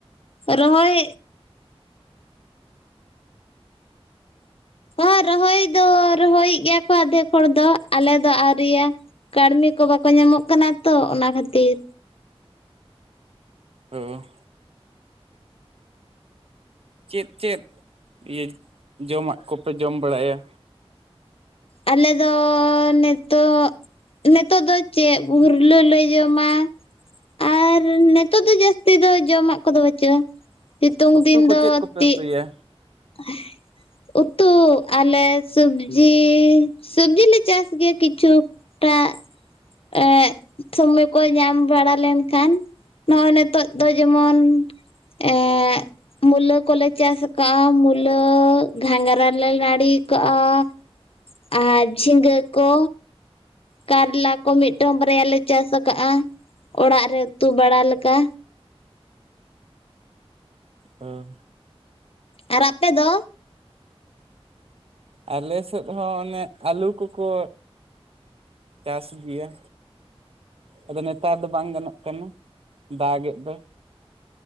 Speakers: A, on the left; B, on the right.
A: ᱨᱚᱦᱚᱭᱼᱼ ᱚᱸ ᱨᱚᱦᱚᱭ ᱫᱚ ᱨᱚᱦᱚᱭ ᱮᱫ ᱜᱮᱭᱟ ᱠᱚ ᱟᱫᱷᱮᱠ ᱦᱚᱲ ᱫᱚ, ᱟᱞᱮ ᱫᱚ ᱟᱹᱣᱨᱤᱭᱟ᱾ ᱠᱟᱹᱲᱢᱤ ᱠᱚ ᱵᱟᱠᱚ ᱧᱟᱢᱚᱜ ᱠᱟᱱᱟ ᱛᱚ ᱚᱱᱟ ᱠᱷᱟᱹᱛᱤᱨ,
B: ᱚᱸ ᱪᱮᱫ ᱪᱮᱫ ᱤᱭᱟᱹ ᱡᱚᱢᱟᱜ ᱠᱚᱯᱮ ᱡᱚᱢ ᱵᱟᱲᱟᱭᱟ?
A: ᱟᱞᱮ ᱫᱚᱻ ᱱᱤᱛᱚᱜ ᱱᱤᱛᱚᱜ ᱫᱚ ᱪᱮᱫ ᱵᱷᱩᱨᱞᱟᱹ ᱞᱮ ᱡᱚᱢᱟ, ᱟᱨ ᱱᱤᱛᱳᱜ ᱫᱚ ᱡᱟᱹᱥᱛᱤ ᱫᱚ ᱡᱚᱢᱟᱜ ᱠᱚᱫᱚ ᱵᱟᱹᱪᱩᱜᱼᱟ, ᱥᱤᱛᱩᱝ
B: ᱩᱛᱩ
A: ᱫᱤᱱ
B: ᱠᱚ
A: ᱫᱚ
B: ᱪᱮᱫ ᱠᱚᱯᱮ
A: ᱛᱤ
B: ᱩᱛᱩᱭᱟ
A: <unintelligible> ᱩᱛᱩ ᱟᱞᱮ ᱥᱚᱵᱽᱡᱤᱻ ᱥᱚᱵᱽᱡᱤ ᱞᱮ ᱪᱟᱥ ᱜᱮᱭᱟ ᱠᱤᱪᱷᱩ, ᱴᱟᱜ ᱮᱜ ᱥᱚᱢᱚᱭ ᱠᱚ ᱧᱟᱢ ᱵᱟᱲᱟ ᱞᱮᱱᱠᱷᱟᱱ ᱱᱚᱜ-ᱚᱭ ᱱᱤᱛᱚᱜ ᱫᱚ ᱡᱮᱢᱚᱱ ᱮ ᱢᱩᱞᱟᱹ ᱠᱚᱞᱮ ᱪᱟᱥ ᱟᱠᱟᱫ ᱟ ᱢᱩᱞᱟᱹ, ᱜᱷᱟᱜᱨᱟ ᱞᱮ‌ ᱱᱟᱲ ᱠᱟᱜᱼᱟ᱾ ᱟᱨ ᱡᱷᱤᱜᱟᱹ ᱠᱚ᱾ ᱠᱟᱨᱞᱟ ᱠᱚ ᱢᱤᱫᱴᱟᱝ ᱵᱟᱨᱭᱟ ᱞᱮ ᱪᱟᱥ ᱟᱠᱟᱜᱼᱟ, ᱚᱲᱟᱜ ᱨᱮ ᱩᱛᱩ ᱵᱟᱲᱟ ᱞᱮᱠᱟ᱾
B: ᱚ
A: ᱟᱨ ᱟᱯᱮᱫᱚ?
B: ᱟᱞᱮ ᱥᱮᱫ ᱦᱚᱸ ᱚᱱᱮ ᱟᱹᱞᱩ ᱠᱚᱠᱚ, ᱪᱟᱥ ᱜᱮᱭᱟ᱾ ᱟᱫᱚ ᱱᱮᱛᱟᱨ ᱫᱚ ᱵᱟᱝ ᱜᱟᱱᱚᱜ ᱠᱟᱱᱟ ᱫᱟᱜᱮᱫ ᱫᱚᱭ᱾